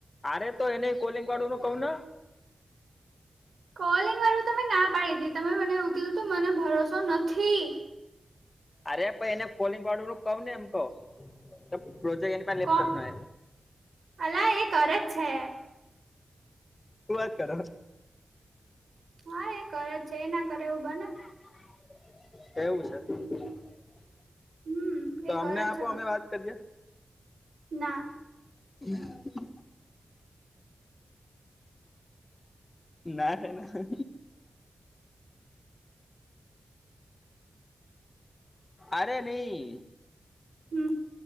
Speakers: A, on the left; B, on the right.
A: અરે તો એને કોલિંગ વાડું નું કઉ ન
B: કોલિંગ વારૂ તમે ના પાડી તી તમે મને એવું કીધું તું મને ભરોસો નથી
A: અરે પન એને કોલિંગ વાળું નું કવ ને એમ કવ પ્રોજેક્ટ પાસે લેપટોપ
B: કો
A: ના
B: અલા એ કરે જ છે
A: હું વાત કરહ
B: હા એ કરે છે એ ના કરે એવું બને
A: કેવું છે
B: હમ
A: તો
B: એ
A: અમને
B: કરે જ
A: આપો
B: છે બકા
A: અમે વાત કરીએ
B: ના
A: <unintelligible> ના ના અરે નઈ
B: હમ